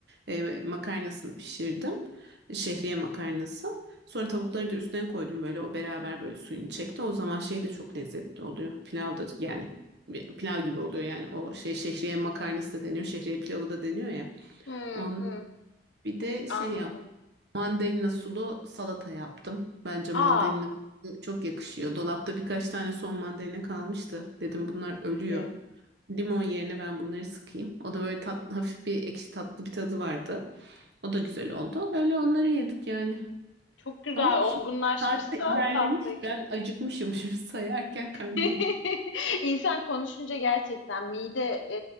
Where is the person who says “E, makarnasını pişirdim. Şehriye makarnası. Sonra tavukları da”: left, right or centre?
Right